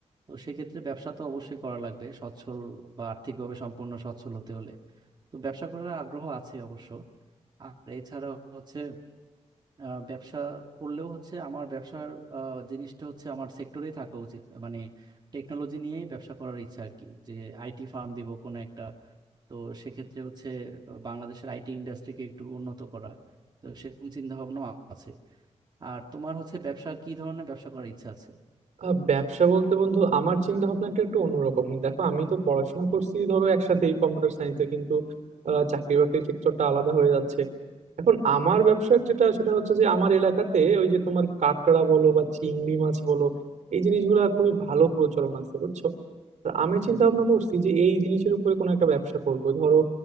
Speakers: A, on the right; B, on the right.
A: তো সেক্ষেত্রে ব্যবসা তো অবশ্যই করা লাগবে সচ্ছল বা আর্থিকভাবে সম্পূর্ণ সচ্ছল হতে হলে তো ব্যবসা করার আগ্রহ আছে অবশ্য আর এছাড়া হচ্ছে আহ, ব্যবসা করলেও হচ্ছে আমার ব্যবসার আহ, জিনিসটা হচ্ছে আমার সেক্টরেই থাকা উচিত মানে টেকনোলজি নিয়েই ব্যবসা করার ইচ্ছা আর কি যে আইটি ফার্ম দিব কোনো একটা তো সেক্ষেত্রে হচ্ছে বাংলাদেশের আইটি ইন্ডাস্ট্রিকে একটু উন্নত করা তো সেরকম চিন্তা ভাবনা আছে আর তোমার হচ্ছে ব্যবসা কি ধরনের ব্যবসা করার ইচ্ছা আছে
B: আহ, ব্যবসা বলতে বন্ধু আমার চিন্তা ভাবনাটা একটু অন্যরকম দেখো আমি তো পড়াশোনা করছি ধরো একসাথেই কম্পিউটার সায়েন্সে কিন্তু আহ, চাকরি বাকরির সেক্টরটা আলাদা হয়ে যাচ্ছে এখন আমার ব্যবসার যেটা সেটা হচ্ছে যে আমার এলাকাতে ওই যে তোমার কাঁকড়া বলো বা চিংড়ি মাছ বলো এই জিনিসগুলো খুবই ভালো প্রচলন আছে বুঝছো আর আমি চিন্তা ভাবনা করছি যে এই জিনিসের উপরে কোনো একটা ব্যবসা করব ধরো